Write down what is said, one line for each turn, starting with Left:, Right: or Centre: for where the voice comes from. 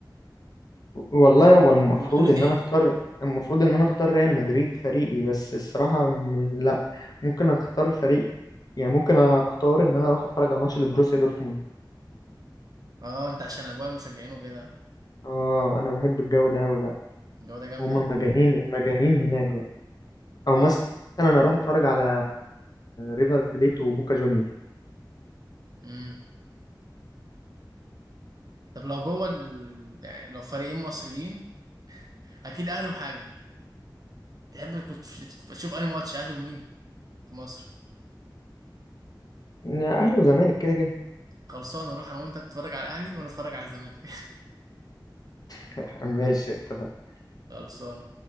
Left: والله هو المفروض
Right: وبطوله
Left: ان
Right: ايه
Left: انا اختار المفروض ان انا اختار ريال مدريد فريقي بس الصراحة م... لا ممكن اختار فريق يعني ممكن اختار ان انا اروح اتفرج على ماتش لبروسيا دورتموند
Right: اه انت عشان اجواء المشجعين وكده
Left: اه انا بحب الجو ده قوي بقى
Right: الجو ده جامد
Left: هما
Right: اهي
Left: مجانين مجانين هناك بقى او مثلا انا اروح اتفرج على ريفر بليت وبوكا جونيور
Right: امم طب لو جوه ال... يعني لو فريقين مصريين اكيد اهلي وحاجه تحب كنت تشوف انهي ماتش اهلي ومين في مصر
Left: يعني اهلي وزمالك كده كده
Right: خلصانه نروح انا وانت تتفرج على الاهلي وانا اتفرج على الزمالك
Left: <laughs> ماشي اتفقنا
Right: <laughs> خلصانه